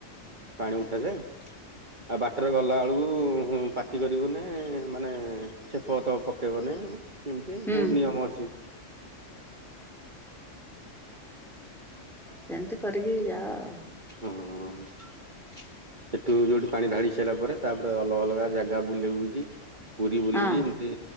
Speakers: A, on the right; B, in the centre.
A: ପାଣି ଉଠାଯାଏ। ଆଉ ବାଟରେ ଗଲାବେଳୁ ପାଟି କରିବୁନି ମାନେ ଛେପପ ପକେଇବନି ଏମିତି
B: ହୁଁ
A: ବହୁତ ନିୟମ ଅଛି।
B: ସେମିତି କରିକି ଯାଅ ଆଉ
A: ହଁ ସେଠୁ ଯୋଉଠି ପାଣି ଧଢାଡି ସାରିଲା ପରେ ତାପରେ ଅଲଗା ଅଲଗା ଜାଗା ବୁଲି ବୁଲିକ ପୁରୀ ବୁଲିକି
B: ଆଉ ହଁ
A: ଏମିତି